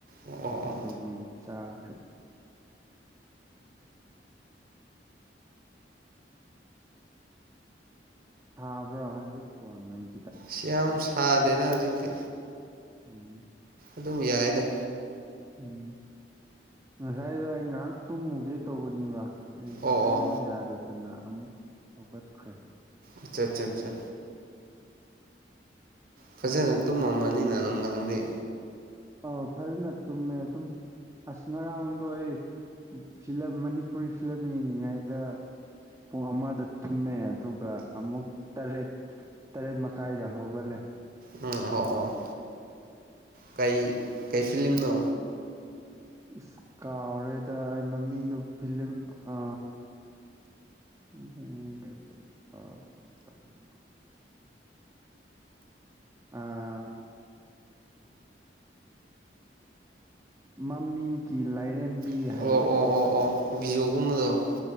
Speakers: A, on the right; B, on the right.
A: ꯑꯣ ꯑꯣ
B: ꯑꯗꯨꯒꯤ
A: ꯑꯣ
B: ꯆꯥꯈ ꯁꯥꯕ꯭ꯔꯣ ꯍꯧꯖꯤꯛ ꯄꯣ ꯅꯣꯏ
A: ꯁꯤ ꯌꯥꯝ ꯁꯥꯗꯦꯗ ꯍꯧꯖꯤꯛꯇꯤ
B: ꯎꯝ
A: ꯑꯗꯨꯝ ꯌꯥꯏꯅ
B: ꯎꯝ ꯉꯁꯥꯏꯗꯣ ꯑꯩ ꯉꯥꯏꯍꯥꯛ ꯇꯨꯝꯃꯨꯒꯦ ꯇꯧꯕꯅꯤꯕ ꯑꯩ
A: ꯑꯣ
B: ꯇꯨꯝꯕ
A: ꯑꯣ
B: ꯌꯥꯗꯗꯅ ꯑꯃꯨꯛ ꯍꯧꯒꯠꯈ꯭ꯔꯦ
A: ꯑꯠꯆꯥ ꯑꯠꯆꯥ ꯑꯠꯆꯥ ꯐꯖꯅ ꯇꯨꯝꯃꯝꯃꯅꯤꯅ ꯅꯨꯡꯊꯪꯗꯤ
B: ꯑ ꯐꯖꯅ ꯇꯨ ꯑꯗꯨ ꯑꯁ ꯉꯔꯥꯡꯗꯣ ꯑꯩ ꯐꯤꯂꯝ ꯃꯅꯤꯄꯨꯔꯤ ꯐꯤꯂꯝ ꯌꯦꯡꯉꯤꯉꯩꯗ ꯄꯨꯡ ꯑꯃꯗ ꯊꯨꯝꯃꯦ ꯑꯗꯨꯒ ꯑꯃꯨꯛ ꯇꯔꯦꯠ ꯇꯔꯦꯠ ꯃꯈꯥꯏꯗ ꯍꯧꯒꯠꯂꯦ
A: ꯎꯝ ꯑꯣ ꯑꯣ ꯀꯩ ꯀꯩ ꯐꯝꯅꯣ
B: ꯑꯁ ꯀꯥꯎꯔꯦꯗ ꯑꯩ ꯃꯃꯤꯡꯗꯨꯣ ꯐꯤꯂꯤꯡ ꯑ ꯎ ꯎꯝ ꯀꯩ ꯄ ꯀꯔꯅ ꯑ ꯃꯃꯤꯒꯤ ꯂꯥꯏꯔꯦꯝꯕꯤ
A: ꯑꯣ
B: ꯍꯥꯏꯌꯦ
A: ꯑꯣ ꯑꯣ ꯑꯣ ꯕꯤꯌꯨꯒꯨꯝꯕꯗꯣ